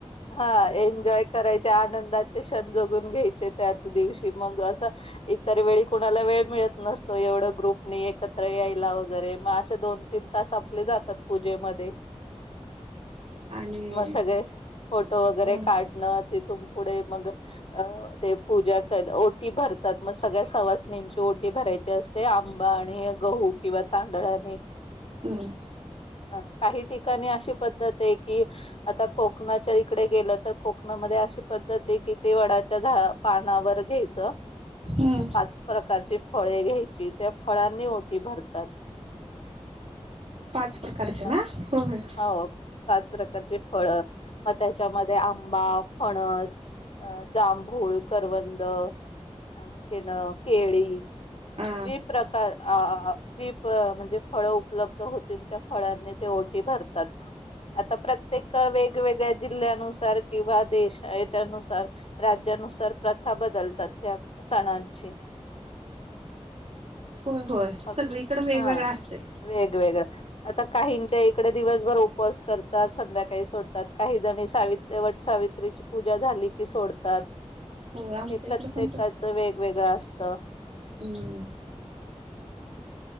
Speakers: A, on the left; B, on the right.
A: हा, एनजॉय, करायचे आनंदाचे क्षण जगून घ्यायचे त्याच दिवशी मग असं इतर वेळी कुणाला वेळ मिळत नसतो एवढं ग्रुपनी एकत्र यायला वगैरे मग असे दोन तीन तास आपले जातात पूजेमध्ये,
B: आणि
A: मग सगळे फोटो वगैरे
B: हम्म
A: काढणं तिथून पुढे मग, अ ते पूजा कर ओटी भरतात मग सगळ्या सवाशनेची ओटी भरायची असते. ते आंबा आणि गहू किंवा तांदळा आणि
B: हम
A: अ काही ठिकाणी अशी पद्धत आहे की आता कोकणाच्या इकडे गेलं तर कोकणामध्ये अशी पद्धत आहे की ते वडाच्या झा पानावर घ्यायचं
B: हम्म
A: पाच प्रकारची फळे घ्यायची त्या फळांनी ओटी भरतात
B: पाच प्रकारच
A: अ,
B: ना हो हो
A: हो पाच प्रकारचे फळ मग त्याच्यामध्ये आंबा फणस अ जांभूळ करवंद आणखीन केळी
B: हा
A: जी प्रकार अ जी प म्हणजे फळं उपलब्ध होतील त्या फळांनी ते ओटी भरतात आता प्रत्येक वेगवेगळ्या जिल्ह्यानुसार किंवा देश याच्यानुसार राज्यानुसार प्रथा बदलतात ह्या सणांची
B: हो होय सगळीकडे
A: अग
B: वेगवेगळं
A: हा
B: असतय
A: वेगवेगळां आता काहींच्या इकडे दिवसभर उपवास करतात संध्याकाळी सोडतात काही जणी सावित्री तेवट सावित्रीची पूजा झाली की सोडतात
B: हो आमच्या
A: हे प्रत्येकाच
B: इकडे पण
A: वेगवेगळं असतं
B: हमं
A: <unintelligible>